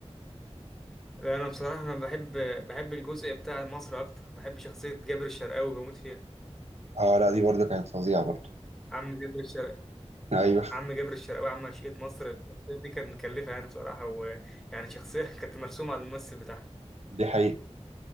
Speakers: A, in the centre; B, on the right (about 75°).
A: لا انا بصراحه انا بحب بحب الجزء بتاع مصر اكتر بحب شخصيه جابر الشرقاوي بموت فيها
B: اه لا دي برضه كانت فظيعة برضه
A: عم جابر الشرق
B: ايوه
A: عم جابر الشرقاوي عم عشيقة مصر الشخصيه دي كانت مكلفه يعني بصراحه ويعني شخصيه <laughs> كانت مرسومه على الممثل بتاعها
B: دي حقيقة